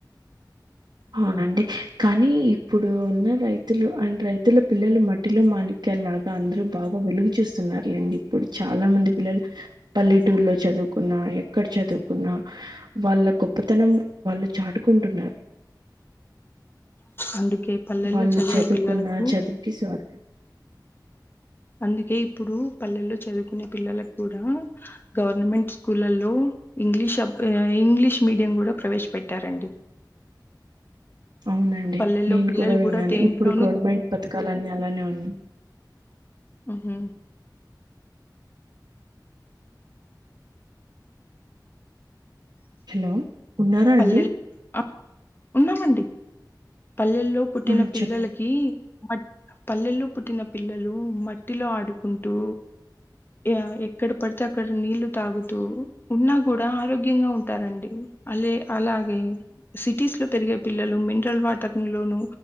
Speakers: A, on the right; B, on the left.
A: అవునండి కానీ ఇప్పుడు ఉన్న రైతులు అండ్ రైతుల పిల్లలు మట్ మట్టిలో మాణిక్యలాగా అందరూ బాగా వెలుగు చూస్తున్నారు లేండి ఇప్పుడు చాలా మంది పిల్లలు పల్లెటూర్లో చదువుకున్నా ఎక్కడ చదువుకున్నా వాళ్ళ గొప్పతనం వాళ్ళు చాటుకుంటున్నారు
B: అందుకే పల్లెల్లో
A: వాళ్ళు
B: చదివే
A: చదువుకున్న
B: పిల్లలకు
A: చదువుకి స్వార్థం
B: అందుకే ఇప్పుడు పల్లెల్లో చదువుకునే పిల్లలకు కూడా గవర్నమెంట్ స్కూళ్లలో ఇంగ్లీష్ ఇంగ్లీష్ మీడియం కూడా ప్రవేశపెట్టారండి
A: అవునండి
B: పల్లెల్లో
A: నేను
B: పిల్లలు
A: కూడా విన్నాను
B: దేంట్లోనూ
A: ఇప్పుడు గవర్నమెంట్ పథకాలాన్ని అలానే ఉన్నా
B: ఉ హు
A: హలో ఉన్నారా
B: పల్లెలు
A: అండి
B: అహ్ ఉన్నామండి పల్లెల్లో పుట్టిన
A: ఆ
B: పిల్లలకీ
A: చెప్పండి
B: మట్ పల్లెల్లో పుట్టిన పిల్లలు మట్టిలో ఆడుకుంటూ ఏ ఎక్కడ పడితే అక్కడ నీళ్లు తాగుతూ ఉన్నా కూడా ఆరోగ్యంగా ఉంటారండి అలే అలాగే సిటీస్ లో పెరిగే పిల్లలు మినరల్ వాట <unintelligible> లోను